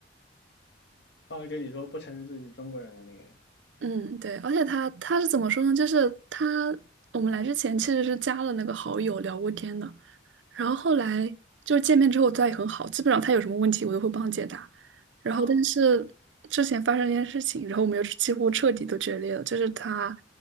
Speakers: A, on the left; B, on the right.
A: 啊，就你说不承认自己是中国人的那个人。
B: 嗯，对，而且他他是怎么说呢？就是他我们来之前其实是加了那个好友聊过天的，然后后来就是见面之后，他也很好，基本上他有什么问题我都会帮他解答。然后但是之前发生一件事情，
A: 啊，
B: 然后我们又是几乎彻底都决裂了，就是他